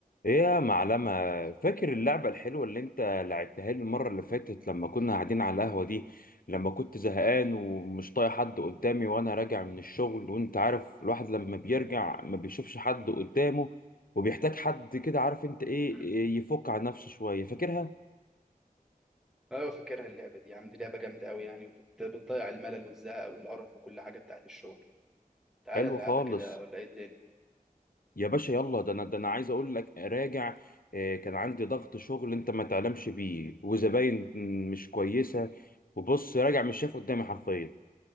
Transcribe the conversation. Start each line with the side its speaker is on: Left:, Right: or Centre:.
Left: ايه يا معلمة فاكر اللعبة الحلوة اللي انت لعبتها لي المرة اللي فاتت لما كنا قاعدين على القهوة دي لما كنت زهقان
Centre: مم.
Left: ومش طايق حد قدامي وانا راجع من الشغل وانت عارف الواحد لما بيرجع ما بيشوفش حد قدامه وبيحتاج حد كده عارف انت ايه
Centre: مم.
Left: إيه يفك عن نفسه شوية فاكرها
Centre: ايوه فاكرها اللعبه دي عندي لعبه جامده قوي يعني وبتضيع الملل والزهق والقرف وكل حاجه بتاعت الشغل تعالى
Left: حلو
Centre: نلعبها
Left: خالص
Centre: كده ولا ايه الدنيا
Left: يا باشا يلا ده انا ده انا عايز اقول لك راجع إيه كان عندي ضغط شغل انت ما تعلمش بيه وزباين مش كويسة وبص راجع مش شايف قدامي حرفيا